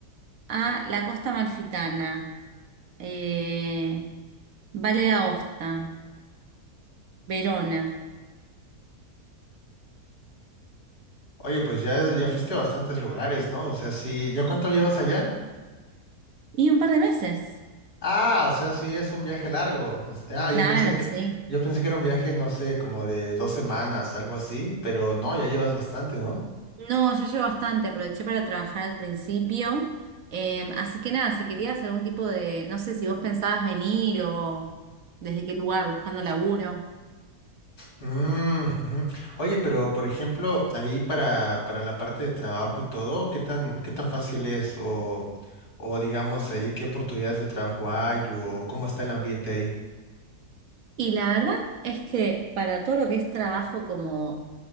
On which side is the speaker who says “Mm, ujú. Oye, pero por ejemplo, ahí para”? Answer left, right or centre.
Left